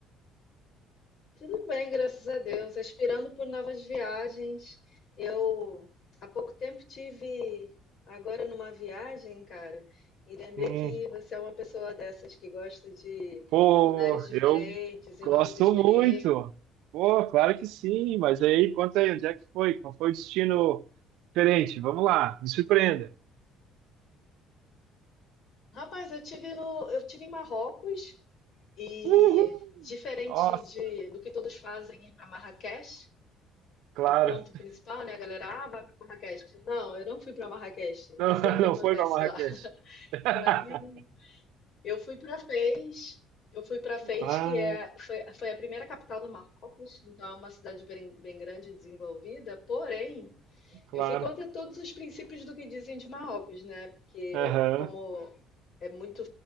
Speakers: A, on the left (about 45°); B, on the right (about 75°).
A: Tudo bem, graças a Deus. Aspirando por novas viagens. Eu há pouco tempo tive agora numa viagem, cara, e lembrei
B: Hum,
A: que você é uma pessoa dessas que gosta de
B: pô,
A: lugares diferentes
B: eu
A: e
B: gosto
A: novas experiências.
B: muito. Pô, claro que sim, mas aí conta aí, onde é que foi? Qual foi o destino diferente? Vamos lá, me surpreenda.
A: Rapaz, eu tive no, eu tive em Marrocos e
B: Uhul!
A: diferente
B: Nossa,
A: de, do que todos fazem ir para Marrakech,
B: claro.
A: O ponto principal, né, galera? Ah, vai para Marrakech. Não, eu não fui para Marrakech,
B: Não,
A: nem sei
B: <laughs>
A: o que
B: não
A: acontece
B: foi para Marrakech.
A: lá. <laughs>
B: <laughs>
A: E aí eu fui para Fez, eu fui para Fez,
B: Ah,
A: que é, foi, foi a primeira capital do Marrocos, então é uma cidade bem, bem grande e desenvolvida, porém
B: claro.
A: eu fui contra todos os princípios do que dizem de Marrocos, né? Porque
B: Aham,
A: como é muito,